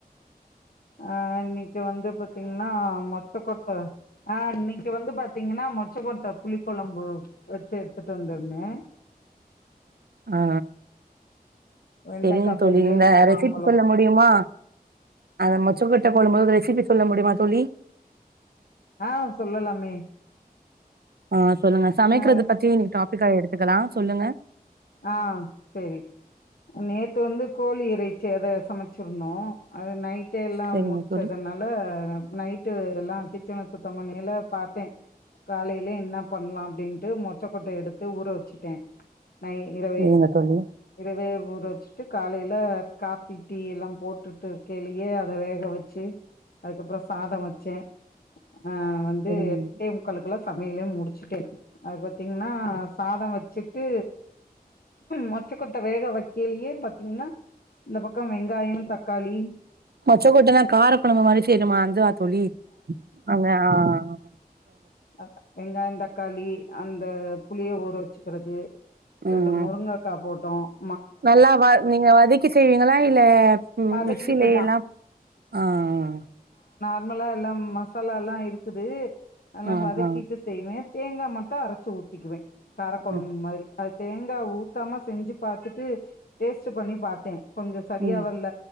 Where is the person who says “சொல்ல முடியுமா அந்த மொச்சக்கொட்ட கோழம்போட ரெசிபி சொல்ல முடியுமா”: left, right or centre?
Right